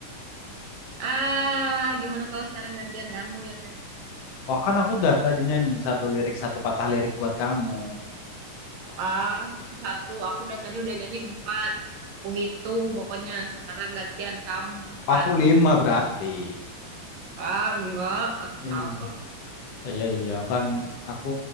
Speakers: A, on the right; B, on the left.
A: Ah, gimana kalau sekarang gantian kamu yang nyanyi?
B: Wah kan aku udah tadi nyanyi satu lirik satu patah lirik buat kamu.
A: Ah, cuma satu. Aku dari tadi udah nyanyi empat. Aku hitung pokoknya. Sekarang gantian kamu empat.
B: Aku lima berarti.
A: Ah, enggak. Kata siapa?
B: Iya, iya, iya kan aku